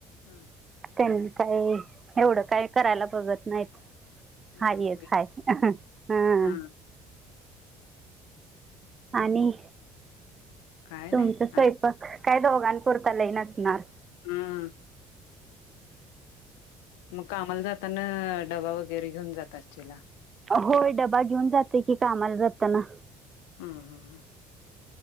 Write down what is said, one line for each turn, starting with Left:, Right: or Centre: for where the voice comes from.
Left: हम्म!
Right: त्यांनी काही एवढं काय करायला बघत नाहीत
Left: हा
Right: हारीए
Left: होय
Right: <unintelligible>
Left: की. हा
Right: आणि
Left: काय
Right: तुमच
Left: नाही आता
Right: स्वयंपाक काय दोघां पुुरता लई नसणार
Left: हम्म मग कामाला जाताना डबा वगैरे घेऊन जातचेला
Right: होय डबा घेऊन जाते की कामाला जातना.
Left: <unintelligible>